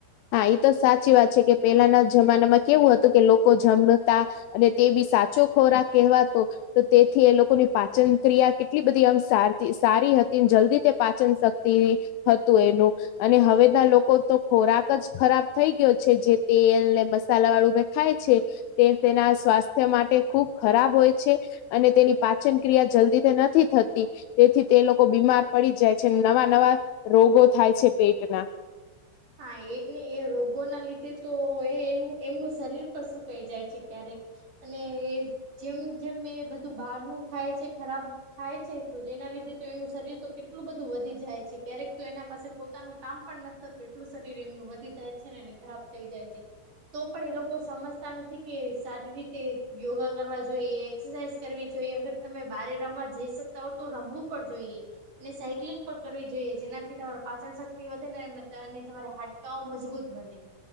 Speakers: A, on the left; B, on the right.
A: હા એ તો સાચી વાત છે કે પેલાના જમાનામાં કેવું હતું કે લોકો જમતા અને તે બી સાચો ખોરાક કહેવાતો તો તેથી એ લોકોને પાચન ક્રિયા કેટલી બધી આમ સાચી સારી હતી જલ્દી તે પાચન શક્તી હતું એનું. અને હવેના લોકો તો ખોરાક એક જ ખરાબ થઈ ગયો છે જે તેલ ને મસાલા વાળું મેં ખાય છે. તે તેના સ્વાસ્થ્ય માટે ખુબ ખરાબ હોય છે. અને તેની પાચન ક્રિયા જલ્દીથી નથી થતી. તેથી તે લોકો બીમાર પડી જાય છે નવા નવા રોગો થાય છે પેટના
B: હા એને એ રોગોના લીધે તો એ એમનું શરીર પર શું કહી જાય છે ક્યારેક અને જેમ જેમ એ બધું બહારનું ખાય છે ખરાબ ખાય છે તો જેના લીધે તો એનું શરીર તો કેટલું બધું વધી જાય છે ક્યારેક તો એના પાસે પોતાનું કામ પણ નથી થતું એટલું શરીર એમનું વધી જાય છે ને ખરાબ થઈ જાય છે. તો પણ એ લોકો સમજતા નથી કે સારી રીતે યોગા કરવા જોઈએ એક્સરસાઇઝ કરવી જોઈએ અગર તમે બારે રમવા જઈ શકતા હો તો રમવું પણ જોઈએ. અને સાયક્લિંગ પણ કરવી જોઈએ જેનાથી તમારે પાચન શક્તિ વધે ને અને તમારા હાડકાઓ મજબૂત બને.